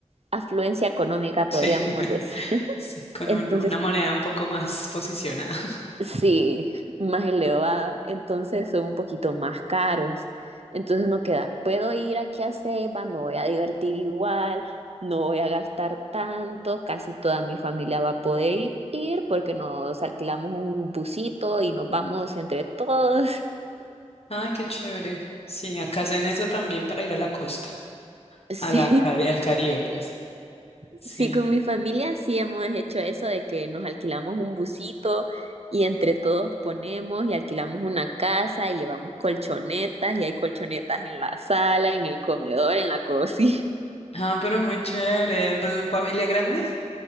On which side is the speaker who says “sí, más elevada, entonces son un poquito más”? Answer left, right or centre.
Right